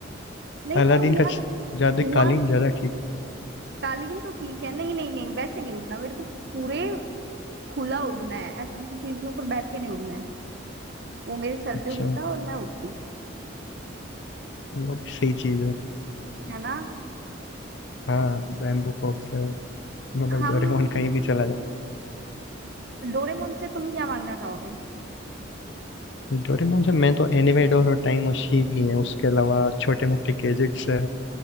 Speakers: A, on the right (about 55°); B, on the left (about 60°).
A: नहीं
B: अलादीन
A: वो यार
B: का च- जादू
A: हुआ
B: कालीन
A: नहीं
B: ज्यादा ठीक
A: कालीन तो ठीक है नहीं नहीं नहीं वैसे नहीं उड़ना मेरे को पूरे खुला उड़ना है ऐसी किसी चीज के ऊपर बैठ के नहीं उड़ना है वो मेरे सर
B: अच्छा
A: पे होता और मैं उड़ती
B: वो भी सही चीज है
A: है ना
B: हाँ बैम्बू कॉप्टर मतलब
A: हम
B: डोरेमोन कहीं भी चला जाए
A: डोरेमोन से तुम क्या मांगना चाहोगे
B: डोरेमोन से मैं तो एनिमेडोर और टाइम मशीन ही है उसके अलावा छोटे मोटे गैजेट्स है